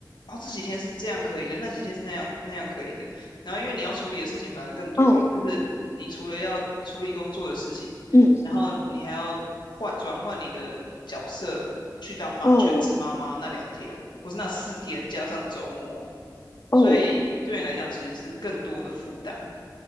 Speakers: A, on the left; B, on the left.
A: 哦，这几天是这样可以的，那几天是那样那样可以的，然后因为你要处理的事情反而更多了，
B: 哦，
A: 就是你除了要处理工作的事情，
B: 嗯
A: 然后你还要换转换你的角色去当妈全职妈妈那两天，
B: 哦
A: 或是那四天加上周末，
B: 哦。
A: 所以对你来讲其实是更多的负担。